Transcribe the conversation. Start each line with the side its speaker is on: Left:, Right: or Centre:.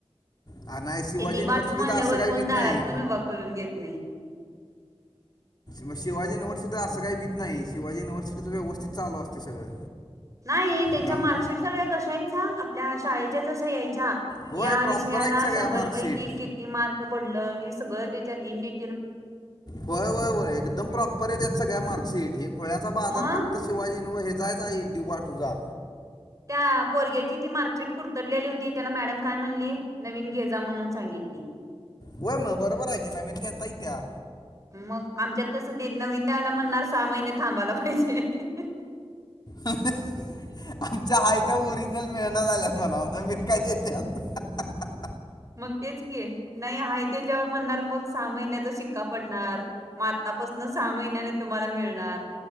Left: आ, नाही शिवाजी
Right: हि ते दि
Left: युनिव्हर्सिटीचं
Right: बाटू म्हणल्यावर
Left: असं काही
Right: कोण
Left: भीत
Right: दारात
Left: नाही
Right: पण उभं करून घेत नाही
Left: मग शिवाजी युिव्हर्सिटी असं काही दित नाही शिवाजी युिव्हर्सिटींच व्यवस्थित चालू असतय सगळं
Right: नाही त्यांच्या
Left: काम
Right: मार्कशीट सगळ्या कशा हाईत सांग आपल्या शाळेच्या जसं यायच्या
Left: होय
Right: या
Left: प्रॉपर
Right: विषयाला
Left: आहेत सगळ्या
Right: शंभर
Left: मार्कशीट
Right: पैकी किती मार्क पडलं हे सगळं तेच्यात इनडिट
Left: होय होय होय एकदम प्रॉपर येत्यात सगळ्या मार्कशीट हे खुळ्याचा बाजार
Right: मग
Left: फक्त शिवाजी नव हे जायचा एक दिवस तुझा
Right: त्या पोरग्याची ती मार्कशीट कुरतडलेली होती त्याला मॅडम काय म्हणली नवीन घे जा म्हणून सांगितली. ह
Left: होय मग बरोबर आहे की नवीन घेता येत्या
Right: मग आमच्यात तसं ते नवीन द्यायला म्हणणार सहा महिने थांबायला पाहिजे हि हि हि
Left: अह अह ह आमच्या हायत्या ओरिजनल मिळना झाल्यात म्हणाव नवीन काय देत्यात हा हा हा
Right: मग तेच की नाही आहे त्याच्यावर म्हणणार बघ सहा महिन्याचा शिक्का पडणार मग आत्ता पसनं सहा महिन्याने तुम्हाला मिळणार